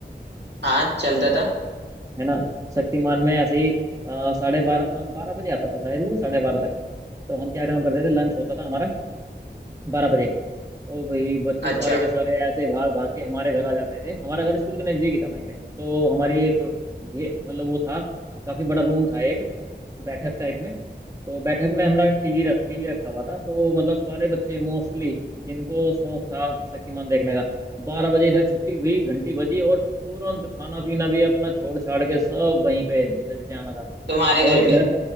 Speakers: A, on the right; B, on the right.
A: हाँ चलता था
B: है ना शक्तिमान में ऐसे ही अ, साढ़े बारह अ, बारह बजे आता था शायद वो साढ़े बारह तक तो हम क्या काम करते थे लंच होता था हमारा बारह बजे ओ भाई बच्चे
A: अच्छा
B: सारे के सारे ऐसे भाग भाग के हमारे घर आ जाते थे हमारा घर स्कूल के नजदीक ही था वहीं पे तो हमारी एक घे मतलब वो था काफी बड़ा रूम था एक बैठक टाइप में तो बैठक में हमारा टीवी रख टीवी रखा हुआ था तो मतलब सारे बच्चे मोस्टली जिनको शौक था शक्तिमान देखने का बारह बजे इधर छुट्टी हुई घंटी बजी और तुरंत खाना पीना भी अपना छोड़ छाड़ के सब वहीं पे जैसे जैसे आना था
A: तुम्हारे
B: और
A: घर
B: इधर
A: पे